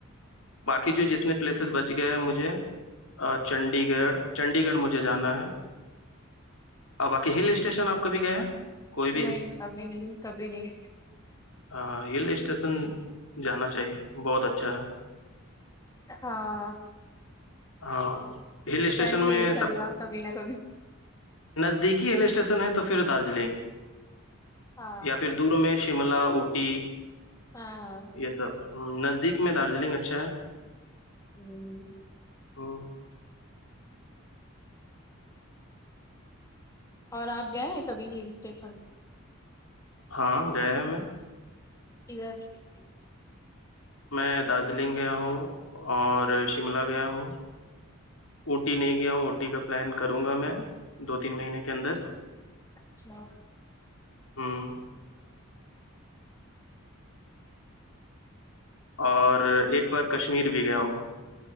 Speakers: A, on the left (about 75°); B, on the left (about 15°).
A: باقی جو جتنے پلیسز بچ گئے ہیں مجھے چنڈی گڑھ چنڈی گڑھ مجھے جانا ہے باقی ہل اسٹیشن آپ کبھی گئے ہیں کوئی
B: نہیں کبھی نہیں کبھی نہیں
A: ہاں ہل اسٹیشن جانا چاہیے بہت اچھا ہے
B: ہاں
A: ہاں ہل اسٹیشن
B: جائیں گے
A: میں
B: انشاء
A: سب
B: اللہ کبھی نہ کبھی
A: نزدیکی ہل اسٹیشن ہے تو پھر دارجلنگ
B: ہاں
A: یا پھر دور میں شملہ اوٹی
B: ہاں ہوں۔
A: یہ سب ہ نزدیک میں دارجلنگ اچھا ہے
B: ہوں
A: ہم،
B: اور آپ گئے ہیں کبھی ہی اسٹیشن
A: ہاں گئے ہیں میں
B: اھا ھیک ہے
A: میں دارجلنگ گیا ہوں اور شملہ گیا ہوں اٹی نہیں گیا ہ اٹی کا پلان کروں گا میں دو تین مہینے کے اندر
B: اچھا
A: ہوں اور ایک بار کشمیر بھی گیا ہوں